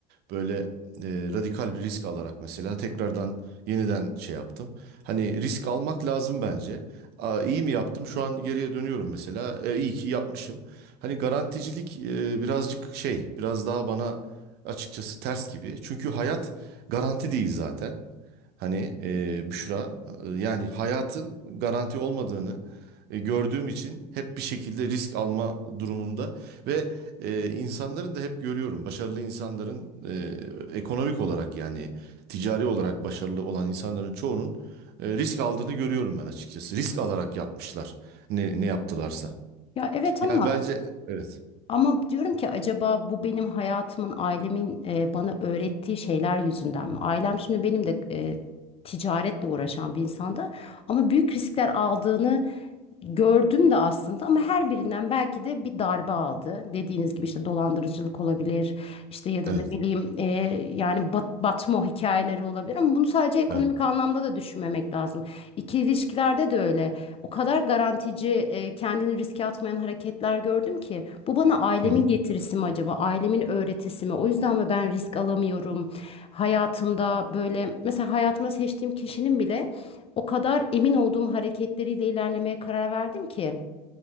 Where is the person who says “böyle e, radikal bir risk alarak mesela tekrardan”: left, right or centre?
Right